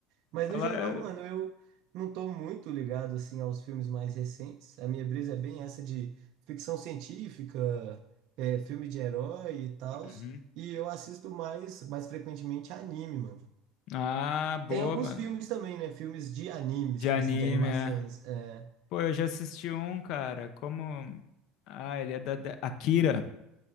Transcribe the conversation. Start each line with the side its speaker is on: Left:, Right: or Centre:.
Right: Mas
Left: Falar.
Right: no geral, mano, eu não tô muito ligado, assim, aos filmes mais recentes. A minha brisa é bem essa de ficção científica, é, filme de herói e tals.
Left: Uhum.
Right: E eu assisto mais, mais frequentemente anime, mano.
Left: Ah, boa,
Right: Tem alguns
Left: mano.
Right: filmes também, né? Filmes de animes,
Left: De
Right: tipo
Left: anime,
Right: assim, de animações.
Left: é.
Right: É...
Left: Pô, eu já assisti um, cara. Como. Ah, ele é da da- Akira.